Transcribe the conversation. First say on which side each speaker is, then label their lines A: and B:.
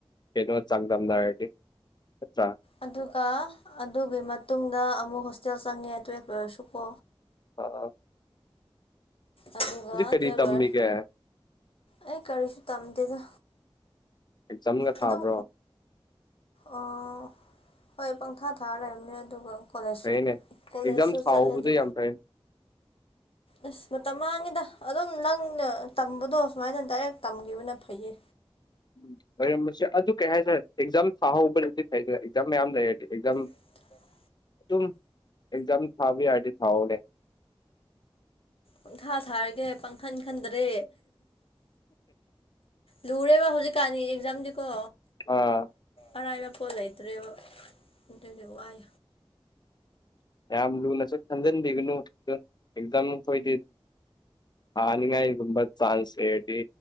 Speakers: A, on the left (about 45°); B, on the left (about 70°).
A: ꯀꯩꯅꯣ ꯆꯥꯡꯪꯗꯝꯝ ꯍꯥꯏꯗꯤ꯭ꯔ
B: ꯑꯗꯨꯒ ꯑꯗꯨꯒꯤ ꯃꯇꯨꯡꯗ ꯑꯃꯨꯛ ꯍꯣꯁꯇꯦꯜ ꯆꯪꯉꯦ ꯇꯨꯌꯦꯜꯞ ꯂꯣꯏꯔꯁꯨꯀꯣ
A: ꯑ ꯑ
B: ꯑꯗꯨꯒ
A: ꯀꯔꯤ
B: ꯇ꯭ꯋꯦꯜ
A: ꯇꯝꯃꯤꯒꯦ
B: ꯂꯣꯏꯔ ꯑꯩ ꯀꯔꯤꯁꯨ ꯇꯝꯗꯦꯗ
A: ꯑꯦꯛꯖꯥꯝꯒ
B: ꯑꯗꯨꯝ
A: ꯊꯥꯕ꯭ꯔꯣ
B: ꯑꯣ ꯍꯣꯏ ꯄꯪꯊꯥ ꯊꯥꯔ ꯂꯩꯔꯝꯅꯦ ꯑꯗꯨꯒ ꯀꯣꯂꯦꯖ
A: ꯐꯩꯅꯦ
B: ꯀꯣꯂꯦꯖꯁꯨ
A: ꯑꯦꯛꯖꯥꯝ ꯊꯥꯍꯧꯕꯗꯣ
B: ꯆꯠꯂꯗꯤ
A: ꯌꯥꯝ ꯐꯩ
B: ꯑꯁ ꯃꯇꯝ ꯃꯥꯡꯉꯤꯗ ꯑꯗꯨꯝ ꯅꯪꯅ ꯇꯝꯕꯗꯣ ꯁꯨꯃꯥꯏꯅ ꯗꯥꯏꯔꯦꯛ ꯇꯝꯈꯤꯕꯅ ꯐꯩꯌꯦ
A: ꯎꯝ ꯑꯣꯏꯔꯝꯕꯁꯦ ꯑꯗꯨ ꯀꯩ ꯍꯥꯏꯇꯥꯔꯦ ꯑꯦꯛꯖꯥꯝ ꯊꯥꯍꯧꯕꯅꯗꯤ ꯐꯩꯗꯦ ꯑꯦꯛꯖꯥꯝ ꯃꯌꯥꯝ ꯂꯩꯔꯗꯤ ꯑꯦꯛꯖꯥꯝ
B: <unintelligible>
A: ꯑꯗꯨꯝ ꯑꯦꯛꯖꯥꯝ ꯊꯥꯕ ꯌꯥꯔꯗꯤ ꯊꯥꯎꯅꯦ
B: ꯄꯪꯊꯥ ꯊꯥꯔꯒꯦ ꯄꯪꯈꯟ ꯈꯟꯗ꯭ꯔꯦ ꯂꯨꯔꯦꯕ ꯍꯧꯖꯤꯛ ꯀꯥꯅꯤ ꯑꯦꯛꯖꯥꯝꯗꯤꯀꯣ
A: ꯑꯥ
B: ꯑꯔꯥꯏꯕ ꯄꯣꯠ ꯂꯩꯇ꯭ꯔꯦꯕ ꯑꯗꯨꯗꯤ ꯋꯥꯏ
A: ꯌꯥꯝ ꯂꯨꯅꯁꯨ ꯈꯟꯖꯟꯕꯤꯒꯅꯨ ꯑꯦꯛꯖꯥꯝ ꯈꯣꯏꯗꯤ ꯊꯅꯤꯡꯉꯥꯏ ꯒꯨꯝꯕ ꯆꯥꯟꯁ ꯂꯩꯔꯗꯤ